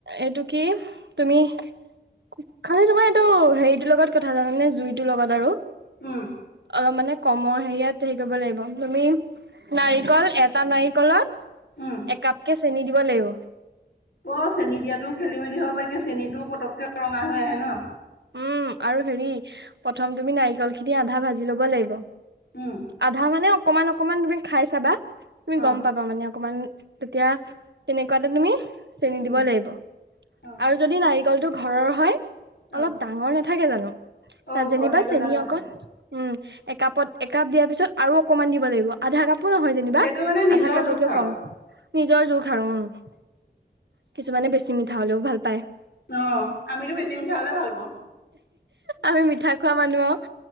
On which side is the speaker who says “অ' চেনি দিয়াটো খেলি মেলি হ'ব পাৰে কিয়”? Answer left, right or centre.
Left